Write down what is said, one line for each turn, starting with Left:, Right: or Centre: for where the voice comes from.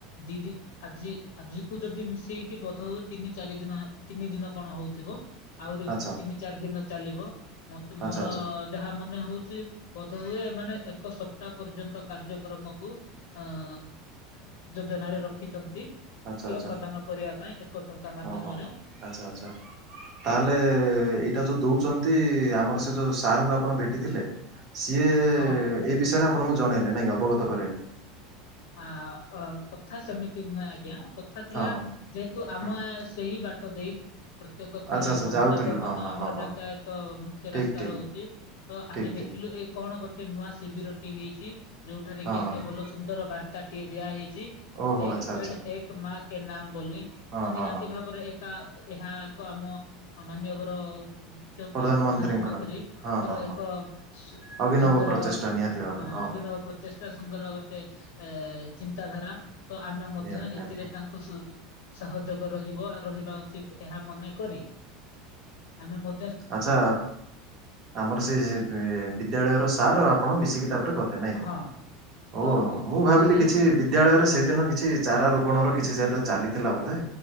Left: ଦି ଦିନ୍ ଆଜି ଆଜି କୁ ଯଦି ମିଶେଇକି ବଧ ହୁ ତିନି ଚାରି ଦିନ ତିନି ଦିନ କଣ ହଉଥିବ? ଆହୁରି
Right: ଆଚ୍ଛା
Left: ତିନି ଚାରି ଦିନ ଚାଲିବ ମତେ, ମୋର
Right: ଆଚ୍ଛା ଆଚ୍ଛା
Left: ଯାହା ମନେ ହଉଛି ବଧ ହୁଏ ସେମାନେ ଏକ ସପ୍ତାହ ପର୍ଯ୍ୟନ୍ତ କାର୍ଯ୍ୟକ୍ରମକୁ ଆଁ ଯୋଜନାରେ ରଖିଛନ୍ତି <unintelligible>
Right: ଆଚ୍ଛା ଆଚ୍ଛା
Left: ପ୍ରଦାନ କରିବା ପାଇଁ ଏକ ଟଙ୍କା ମାଧ୍ୟମରେ
Right: ହଁ ହଁ ହଁ ଆଛା ଆଛା ତାହେଲେ ଏଇଟା ଯୋଉ ଦଉଛନ୍ତି ନ୍ତି ଆମର ସେ ଯୋଉ ସାରଙ୍କୁ ଆପଣ ଭେଟିଥିଲେ, ସିଏ ଏଇ
Left: ହଁ
Right: ବିଷୟରେ ଆପ୍ ଆପଣଙ୍କୁ ଜଣେଇଲେ ନାଇଁ ଅବଗତ କରାଇଲେ।
Left: ଆଁ ଅ କଥା ସେମିତି ନୁହେଁ ଆଜ୍ଞା। କଥା ଥିଲା
Right: ହଁ ହଁ
Left: ଯେହେତୁ ଆମ
Right: ହଁ
Left: ଏ ସେଇ ବାଟ ଦେଇ ପ୍ର ପ୍ରତ୍ୟେକ ଥର
Right: ଆଚ୍ଛା ଆଚ୍ଛା
Left: ଗମନାଗମନ
Right: ଯାଉଥିଲୁ ହଁ ହଁ
Left: ଆମର
Right: ହଁ ହଁ
Left: ଯାତାୟତ ମୁଖ୍ୟ
Right: ଠିକ୍
Left: ରାସ୍ତା
Right: ଠିକ୍
Left: ରହୁଛି ତ
Right: ଠିକ୍
Left: ଆମେ
Right: ଠିକ୍
Left: ଦେଖିଲୁ ଏ କଣ ଗୋଟେ ନୂଆ ଶିବିରଟି ହେଇଛି ଯୋଉଠାରେ
Right: ହଁ
Left: କି ଏତେ
Right: ହଁ
Left: ଭଲ ସୁନ୍ଦର ବାର୍ତ୍ତା ଟିଏ ଦିଆ ହେଇଛି। ନ୍ତୀ
Right: ଓହୋ
Left: ଏକ
Right: ଆଚ୍ଛା ଆଚ୍ଛା
Left: ପେଡ଼ ଏକ ମା କେ ନାମ ବୋଲି
Right: ହଁ
Left: ତ
Right: ହଁ
Left: ନିହାତି
Right: ହଁ
Left: ଭାବରେ ଏକ ଏହା ଏକ ଆମ ମାନ୍ୟବର ମୁଖ୍ୟ
Right: ପ୍ରଧାନମନ୍ତ୍ରୀଙ୍କର
Left: ପ୍ରଧାନମନ୍ତ୍ରୀଙ୍କର
Right: ହଁ ହଁ
Left: ଏକ
Right: ହଁ
Left: ସୁ
Right: ଅଭିନବ
Left: ସୁନ୍ଦର
Right: ପ୍ରଚେଷ୍ଟା ନିହାତି
Left: ହ
Right: ଭାବେ ହଁ
Left: ଅଭିନବ
Right: ହଁ
Left: ପ୍ରଚେଷ୍ଟା। ସୁନ୍ଦର ଗୋଟେ ଏ ଚିନ୍ତାଧାରା ତ ଆମେ ମଧ୍ୟ
Right: ନିହାତି ନିହାତି
Left: ଏଥିରେ ତାଙ୍କୁ ସହଯୋଗ ରହିବ, ରହିବା ଉଚିତ। ମନେକରି ଆମେ ମ
Right: ଆଛା, ଆମର ସେ ବିଦ୍ୟାଳୟର ସାର ଆପଣ ମିଶିକି। ତାପରେ ଗଲେ ନାଇଁ କି?
Left: ହଁ ତ
Right: ଓ ହୋ ମୁଁ ଭାବିଲି
Left: ସେହି
Right: କିଛି
Left: ସି
Right: ବିଦ୍ୟାଳୟରେ ସେଇଦିନ କିଛି ଚାରା ରୋପଣ ର କିଛି ଚାଲ ଚାଲିଥିଲା ବୋଧେ